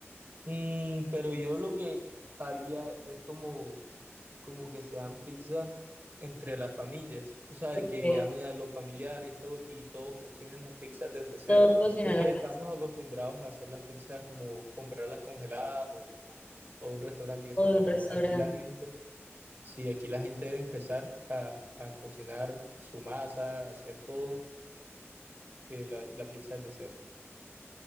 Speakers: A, on the right; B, on the left.
A: Mm, pero yo lo que haría es como como que sean pizzas entre las familias, o sea,
B: Ok.
A: que llamen a los familiares y todo, y todos cocinen las pizzas desde cero,
B: Todo cocinar
A: porque
B: la pizza
A: estamos acostumbrados a hacer las pizzas como comprarlas congeladas o, o, o de un restaurante y eso,
B: o de
A: no,
B: un
A: no,
B: restaurante.
A: aquí la gente, sí, aquí la gente debe empezar a, a cocinar su masa, hacer todo, eh, la, la pizza desde cero.